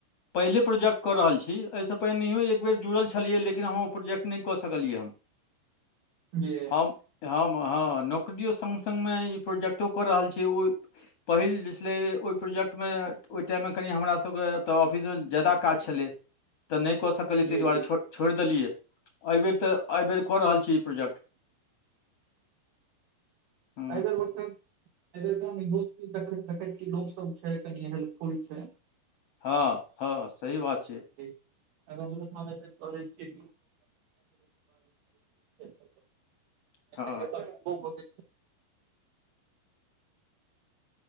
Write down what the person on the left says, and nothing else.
पहिले प्रोजेक्ट क रहल छी, ऐसे पहिनैयो एक बेर जुड़ल छलियै लेकिन हम ओ प्रोजेक्ट नहि कऽ सकलियै
हम हम हम हँ नौकरियो सङ्ग सङ्गमे ई प्रोजेक्टो कऽ रहल छी ओ पहिल जे नै ओहि प्रोजेक्टमे ओहि टाइममे कनि हमरा सबके एतऽ ऑफिसमे जादा काज छलै। तऽ नहि कऽ सकलियै
ताहि दुआरे
छोड़ि देलियै एहिबेर तऽ एहिबेर कऽ रहल छी ई प्रोजेक्ट। हुँ
हँ हँ सही बात छै।
<inaudible>
हँ